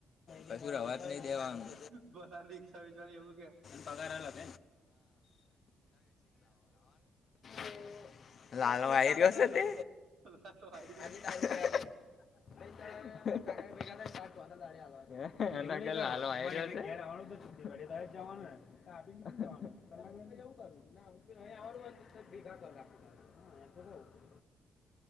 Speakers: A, on the left; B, on the right.
A: કશું રવાજ નઈ દેવાનું
B: <unintelligible> રીક્ષા વેચવાની એવું કે,
A: પગાર અલગ <unintelligible> લાલ આયરયો સે તે
B: <unintelligible>
A: <unintelligible> એન કે લાલો આઇ રીયો સે છી ગાડી લઈ જવા ને <unintelligible> <unintelligible>